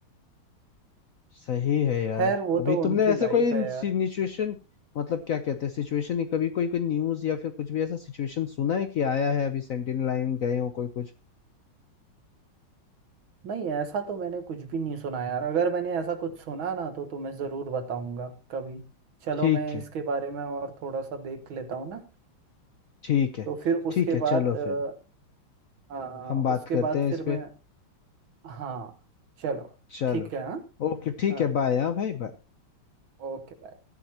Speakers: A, on the left; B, on the right.
A: सही है यार
B: खैर वो
A: अभी
B: तो उनकी
A: तुमने ऐसे
B: लाइफ
A: कोई
B: है यार
A: सिचुएशन मतलब क्या कहते हैं सिचुएशन नहीं कभी कोई कोई न्यूज या फिर कुछ भी ऐसा सिचुएशन सुना है कि आया है अभी सेंटिनल लाइन गए हो कोई कुछ
B: नहीं ऐसा तो मैंने कुछ भी नहीं सुना यार अगर मैंने ऐसा कुछ सुना ना तो तुम्हें जरूर बताऊंगा कभी चलो
A: ठीक
B: मैं
A: है
B: इसके बारे में और थोड़ा सा देख लेता हूँ ना
A: ठीक है
B: तो फिर
A: ठीक
B: उसके
A: है
B: बाद
A: चलो
B: अ,
A: फिर
B: आ,
A: हम
B: उसके
A: बात करते
B: बाद
A: हैं
B: फिर
A: इस
B: मैं
A: पे
B: हाँ चलो
A: चलो
B: ठीक है हाँ
A: ओके ठीक
B: हाँ
A: है बाय हाँ भाई बाय
B: ओके बाय